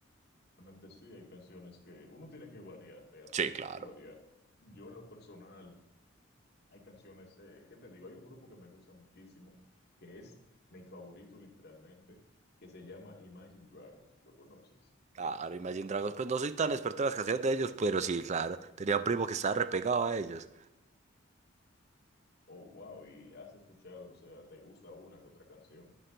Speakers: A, on the left; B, on the right.
A: Realmente sí, hay canciones que uno tiene que variar, realmente,
B: Sí, claro.
A: hay que variar. Yo en lo personal, hay canciones, eh, ¿qué te digo? Hay un grupo que me gusta muchísimo, que es mi favorito literalmente, que se llama Imagine Dragons, ¿lo conoces?
B: Claro, Imagine Dragons, pues no soy tan experto en las canciones de ellos, pero sí, claro. Tenía un primo que estaba repegado a ellos.
A: Oh, wow, y has escuchado, o sea, ¿te gusta una que otra canción?